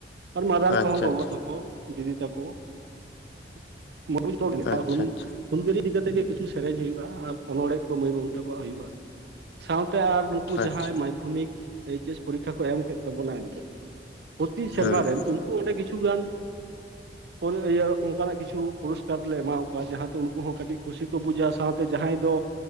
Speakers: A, on the right (about 65°); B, on the left (about 65°).
A: ᱟᱨ ᱢᱟᱨᱟᱝ
B: ᱟᱪᱪᱷᱟ
A: ᱠᱚ ᱦᱚᱸ ᱜᱚ
B: ᱟᱪᱪᱷᱟ
A: ᱜᱚ ᱛᱟ ᱠᱚ ᱫᱤᱫᱤ ᱛᱟᱠᱚ <unintelligible> <unintelligible>
B: ᱟᱪᱪᱷᱟ
A: ᱦᱩᱞ
B: ᱟᱪᱪᱷᱟ
A: ᱦᱩᱞ ᱜᱟᱹᱨᱤ ᱤᱫᱤ ᱠᱟᱛᱮᱜ ᱜᱮ ᱠᱤᱪᱷᱩ ᱥᱮᱨᱮᱧ ᱦᱩᱭᱩᱜᱼᱟ ᱟᱨ ᱚᱱᱚᱲ ᱦᱮ ᱠᱚ ᱢᱟᱹᱭ ᱵᱟᱹᱵᱩ ᱛᱟᱠᱚ ᱣᱟᱜ ᱦᱩᱭᱩᱜᱼᱟ᱾ ᱥᱟᱶᱛᱮ ᱟᱨ ᱱᱩᱠᱩ ᱡᱟᱦᱟᱸᱭ
B: ᱟᱪᱪᱷᱟ
A: ᱢᱟᱫᱽᱫᱷᱚᱢᱤᱠ ᱮᱭᱤᱪ. ᱮᱥ. ᱯᱚᱨᱤᱠᱠᱷᱟ ᱠᱚ ᱮᱢ ᱠᱮᱫ ᱛᱟᱵᱚᱱᱟ ᱮᱱᱛᱮᱫ ᱛᱤ ᱥᱮᱨᱢᱟ
B: ᱦᱩᱸ
A: ᱨᱮᱱ, ᱩᱱᱠᱩ ᱚᱸᱰᱮ ᱠᱤᱪᱷᱩᱜᱟᱱ ᱦᱚᱭ ᱤᱭᱟᱹ ᱚᱱᱠᱟ ᱱᱟᱜ ᱠᱤᱪᱷᱩ ᱯᱩᱨᱚᱥ ᱠᱟᱨ ᱞᱮ ᱮᱢᱟ ᱠᱚᱣᱟ ᱡᱟᱦᱟ ᱛᱮ ᱩᱱᱠᱩ ᱦᱚᱸ ᱠᱟᱹᱴᱤᱡ ᱠᱩᱥᱤ ᱠᱚ ᱵᱩᱡᱟ ᱥᱟᱶ ᱛᱮ ᱡᱟᱦᱟᱸᱭ ᱫᱚ